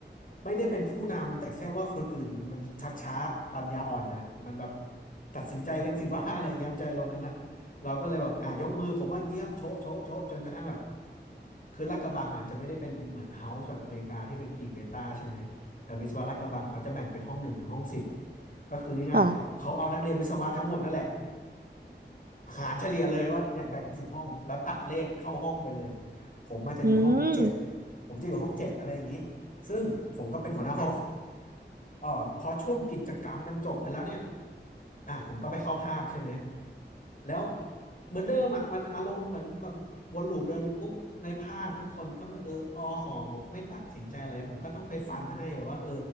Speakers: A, on the left; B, on the right.
A: ไม่ได้เป็นผู้นำแต่แค่ว่าคนอื่นมันชักช้าปัญญาอ่อนนะมันแบบตัดสินใจกันสิว่า <laughs> อะไรอย่างเงี้ยมันจะอารมณ์นั้นอ่ะเราก็เลยบอกอ่ะยกมือผมว่าอย่างเงี้ยครับโชะโชะโชะจนกระทั่งแบบคือลาดกระบังอ่ะจะไม่ได้เป็นเหมือนเฮาส์แบบอเมริกาที่เป็นกิ่งเบต้าใช่ไหมแต่วิศวะลาดกระบังเขาจะแบ่งเป็นห้องหนึ่งถึงห้องสิบก็คือง่ายๆเขาเขาเอานักเรียนวิศวะทั้งหมดนั่นแหละ
B: ค่ะ
A: หารเฉลี่ยเลยว่าเนี่ยแบ่งเป็นสิบห้องแล้วตัดเลขเข้าห้องไปเลยผมมันจะอยู่ห้องเจ็ด
B: อืม
A: ผมจะอยู่ห้องเจ็ดอะไรอย่างนี้ซึ่งผมก็เป็นหัวหน้าห้อง <laughs> เออพอช่วงกิจกรรมมันจบไปแล้วเนี่ยอ่ะผมก็ไปเข้าภาคใช่ไหมแล้วเหมือนเดิมอ่ะมันอารมณ์เหมือนแบบวนลูปเดินปุ๊บในภาคทุกคนก็ไม่เออออห่อหมกไม่ตัดสินใจอะไรผมก็ต้องไปฟันให้แบบว่าเออ